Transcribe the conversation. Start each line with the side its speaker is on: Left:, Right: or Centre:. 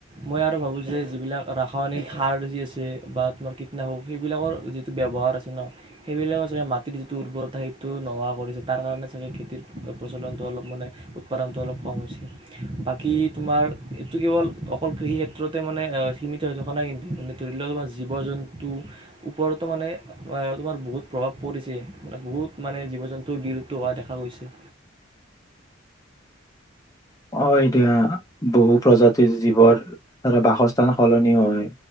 Right: মই আৰু ভাবোঁ যে যিবিলাক ৰাসায়নিক সাৰ যি আছে বা তোমাৰ কীটনাশক সেইবিলাকৰ যিটো ব্যৱহাৰ আছে ন সেইবিলাকৰ চাগে মাটিৰ যিটো উৰ্বৰতা সেইটো নোহোৱা কৰিছে তাৰ কাৰণে চাগে খেতিৰ প্ৰচলনটো অলপ মানে উৎপাদনটো অলপ কম হৈছে বাকী তোমাৰ এইটো কেৱল অকল কৃষি ক্ষেত্ৰতে মানে সীমিত হৈ থকা নাই কিন্তু মানে ধৰি লওক তোমাৰ জীৱ জন্তুৰ ওপৰতো মানে আহ তোমাৰ বহুত প্ৰভাৱ পৰিছে মান বহুত মানে জীৱ জন্তু বিলুপ্ত হোৱা দেখা গৈছে
Left: অ এতিয়া বহু প্ৰজাতিৰ জীৱৰ ধৰা বাসস্থান সলনি হয়